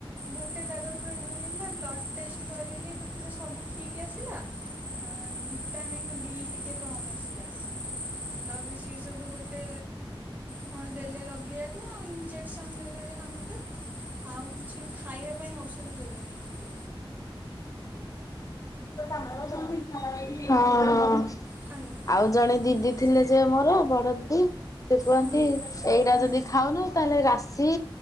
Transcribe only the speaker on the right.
ଗୋଟେ ଜାଗାରୁ ପୁରା ଝଡି ଯାଇଥିଲା ବ୍ଲଡ଼ ଟେଷ୍ଟ କରେଇଲି ସେଥିରେ ସବୁ ଠିକ୍ ଆସିଲା ଏଁ ଭି ଭିଟାମିନ୍ ଡି ଟିକେ କମ୍ ଆସିଲା। ଉଁ ତାପରେ ସିଏ ସେଉଠୁ ଗୋଟେ କଣ ଦେଲେ ଲଗେଇବାକୁ ଆଉ ଇଞ୍ଜେକ୍ସନ୍ ଦେଲେ ଯାହା ମୋତେ ଆଉ କିଛି ଖାଇବା ପାଇଁଁ ଔଷଧ ଦେଲେନି କିନ୍ତୁ।
ହ୍ୟାଲୋ
ହୁଁ
ହୁଁ
ହୁଁ।